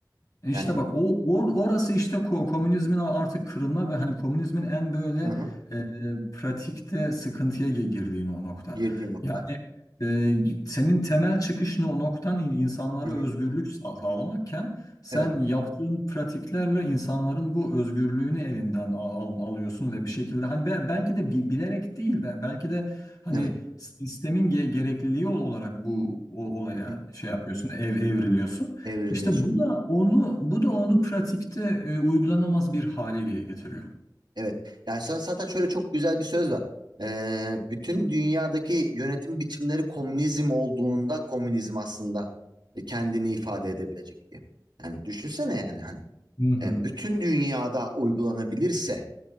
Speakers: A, on the left; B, on the right.
A: E
B: Yani
A: İşte bak o or- orası işte ko- komünizmin artık kırılma ve hani komünizmin en böyle
B: Hı hı.
A: e, e, pratikte sıkıntıya gi- girdiğini o nokta.
B: Girdiği nokta.
A: Yani e, senin temel çıkış no- noktan in- insanlara
B: Hı hı.
A: özgürlük sağ- sağlamakken sen
B: Evet.
A: yaptığın pratiklerle insanların bu özgürlüğünü
B: Hı hı.
A: elinden al- al- alıyorsun ve bir şekilde hani be- belki de bi- bilerek değil be- belki de hani
B: Evet.
A: sistemin ge- gerekliliği ol- olarak bu o- olaya
B: Hı hı.
A: şey yapıyorsun ev evriliyorsun.
B: Evriliyorsun.
A: İşte bu da onu bu da onu pratikte e, uygulanamaz bir hale ge- getiriyor.
B: Evet. Yani za- zaten şöyle çok güzel bir söz var. Ee, bütün dünyadaki yönetim biçimleri komünizm olduğunda komünizm aslında e, kendini ifade edebilecek diye. Yani düşünsene yani hani
A: Hı hı.
B: e, bütün dünyada uygulanabilirse